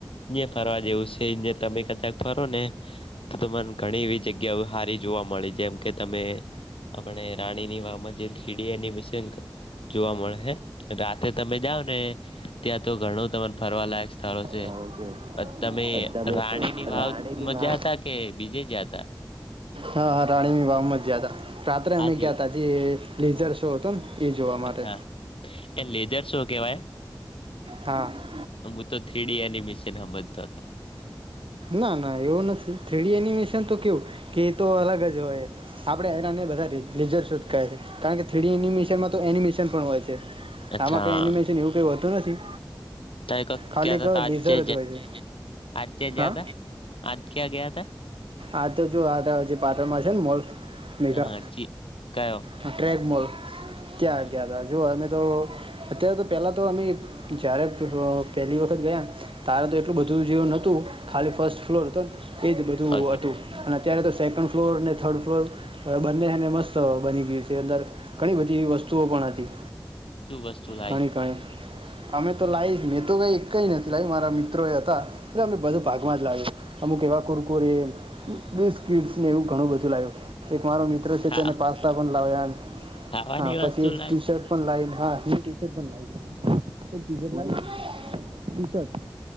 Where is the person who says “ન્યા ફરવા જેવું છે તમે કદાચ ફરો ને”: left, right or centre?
Left